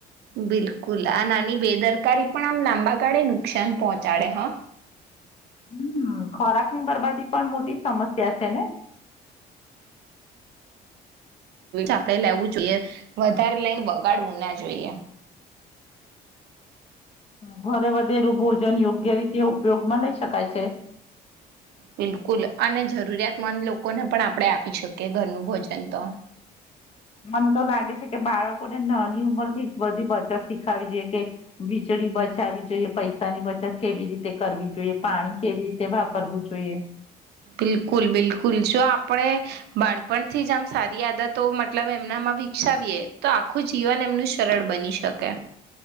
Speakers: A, on the right; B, on the left.
A: બિલકુલ આ નાની બેદરકારી પણ આમ લાંબા ગાળે નુકસાન પહોંચાડે હા
B: હમ ખોરાક ની બરબાદી પણ મોટી સમસ્યા છે ને
A: આપડે લેવું જોઈએ વધારે લઈને વગાડવું ના જોઈએ
B: હ ઘરે વધેરું ભોજન યોગ્ય રીતે ઉપયોગમાં લઈ શકાય છે.
A: બિલકુલ અને જરૂરિયાતમંદ લોકોને પણ આપણે આપી શકીએ ઘરનું ભોજન તો
B: મને તો લાગે છે કે બાળકોને નાની ઉંમર થી જ બધી બચત શીખાવી જોઈએ કે વીજળી બચાવવી જોઈએ પૈસાની બચત કેવી રીતે કરવી જોઈએ પાણી કેવી રીતે વાપરવું જોઈએ.
A: બિલકુલ બિલકુલ જો આપણે બાણપણથી જ આમ સારી આદતો મતલબ એમનામાં વિકસાવીએ તો આખું જીવન એમનું સરળ બની શકે